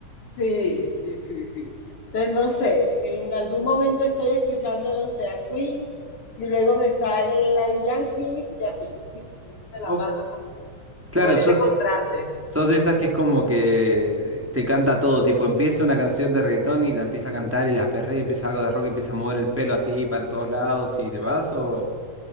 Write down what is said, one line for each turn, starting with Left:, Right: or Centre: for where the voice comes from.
Left: sí, sí, sí, sí. Entonces, no sé, en algún momento estoy escuchando, no sé, a Queen y luego me sale Daddy Yankee y así. <laughs> Entonces, Me la
Centre: O,
Left: paso como,
Centre: claro,
Left: como en
Centre: so-
Left: ese contraste.
Centre: sos de esas que es como que te canta todo, tipo empieza una canción de reggaetón y la empieza a cantar y la perrea, empieza algo de rock, y empieza a mover el pelo así para todos lados y demás, o...